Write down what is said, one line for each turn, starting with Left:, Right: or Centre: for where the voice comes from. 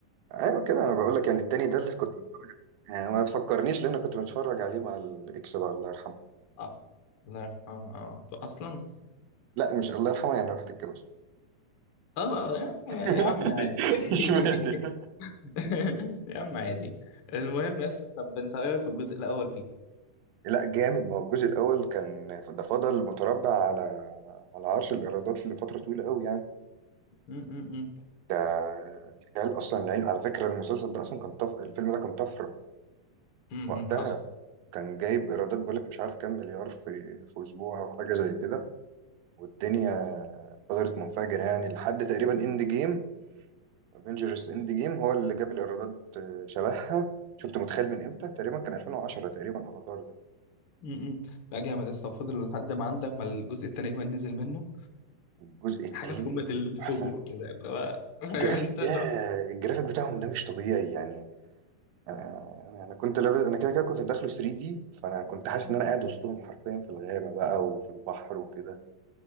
Right: ايوه كده انا بقول لك يعني التاني ده اللي كنت يعني ما تفكرنيش لان كنت بتفرج عليه مع الاكس بقى الله يرحمه
Left: آه، الله يرحمه اه اصلا
Right: لا مش الله يرحمه يعني راح تتجوز
Left: اه يا عم
Right: <laughs>
Left: يا عم عادي
Right: اشمعنى ده
Left: <laughs> يا عم عادي المهم يا اسطى طب انت ايه رايك في الجزء الاول فيه
Right: لا جامد ما هو الجزء الاول كان ده فضل متربع على على عرش الايرادات لفتره طويله قوي يعني
Left: امم
Right: ده خيال اصلا العين على فكره المسلسل ده اصلا كان طف... الفيلم ده كان طفره
Left: امم
Right: وقتها
Left: حصل
Right: كان جايب ايرادات بقولك مش عارف كام مليار في في اسبوع او حاجه زي كده والدنيا فضلت منفجره يعني لحد تقريبا اند جيم افنجرز اند جيم هو اللي جاب الايرادات آه، شبهها شفت متخيل من امتى تقريبا كان 2010 تقريبا افاتار ده
Left: امم لا جامد يا اسطى وفضل لحد ما عندك ما الجزء التاني كمان نزل منه
Right: الجزء التاني
Left: حاجه في قمه الفجور
Right: تحفه
Left: كده اللي هو <laughs> فاهم
Right: الجرافيك
Left: انت اللي
Right: ده
Left: هو
Right: الجرافيك بتاعهم ده مش طبيعي يعني انا انا كنت لابس انا كده كده كنت داخله 3 دي فانا كنت حاسس ان انا قاعد وسطهم حرفيا في الغابه بقى وفي البحر وكده